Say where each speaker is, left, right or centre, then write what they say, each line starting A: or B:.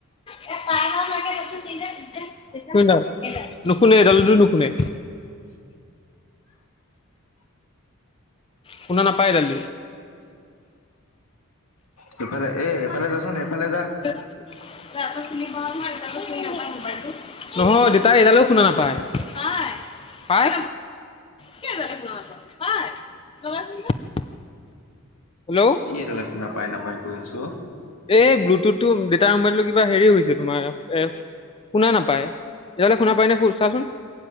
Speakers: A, on the left; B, on the left.
A: কি? <unintelligible> কোন ডাল? এইডাল, নুশুনে, এইডালটো নুশুনে। শুনা নাপায় এইডালদি।
B: সিফালে এ এফালে যাচোন, এফালে যা।
A: তই আচল চিনি পাৱ নহয়, এইডালো চিনি নাপাই মোবাইলটো। নহয়, দেউতাই এইডালো শুনা নাপায়। পায়। পায়! কিয়? এইডালে শুনা নাপাৱ, পায়। লগাই চাচোন যা। হেল্ল!
B: ই এইডালে শুনা পায় নাপাই কৈ আছ অ'।
A: এই ব্লুটুথটো ডেতাৰ মোবাইলটো কিবা হেৰি হৈছে তোমাৰ এ। শুনা নাপায়। এইডালে শুনা পায়নে চাচোন।